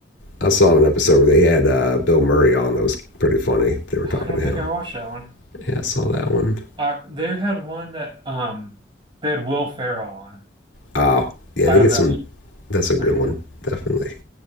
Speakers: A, on the left; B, on the right.
A: I saw an episode where they had uh, Bill Murray on. That was pretty funny. They were talking
B: I don't
A: to
B: think
A: him.
B: I watched that one.
A: Yeah, I saw that one.
B: Uh, they had one that um they had Will Ferrell on.
A: Oh, yeah,
B: I
A: they
B: thought
A: get
B: that's
A: some. That's a good
B: pretty good.
A: one, definitely.